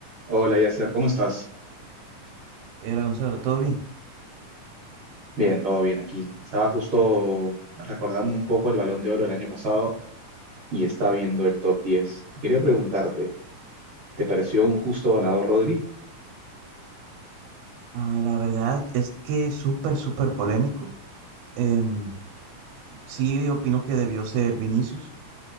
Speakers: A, on the right; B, on the right.
A: Hola, Yasser, ¿cómo estás?
B: Eh, Hola Gonzalo, ¿todo bien?
A: Bien, todo bien aquí. Estaba justo recordando un poco el Balón de Oro del año pasado y estaba viendo el top 10 Y quería preguntarte, ¿te pareció un justo ganador, Rodri?
B: Ah, la verdad es que es súper, súper polémico. Em, sí, opino que debió ser Vinicius,